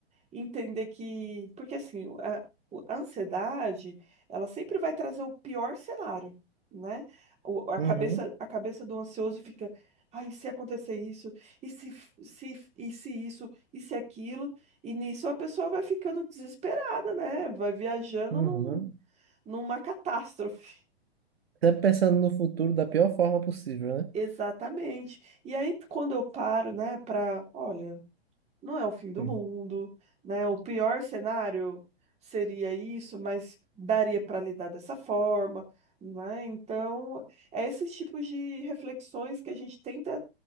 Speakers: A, on the right (about 20°); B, on the right (about 65°).
A: entender que. Porque, assim, a, o- a ansiedade, ela sempre vai trazer o pior cenário, né? O- a
B: uhum,
A: cabeça, a cabeça do ansioso fica. Ai, e se acontecer isso, e se, f- se, f- e se isso, e se aquilo. E nisso a pessoa vai ficando desesperada, né? Vai viajando
B: uhum.
A: num, numa catástrofe.
B: Sempre pensando no futuro da pior forma possível, né?
A: Exatamente. E aí, quando eu paro, né, para, olha, não é o fim do
B: Hum.
A: mundo, né? O pior cenário seria isso, mas daria para lidar dessa forma, né? Então, é esses tipos de reflexões que a gente tenta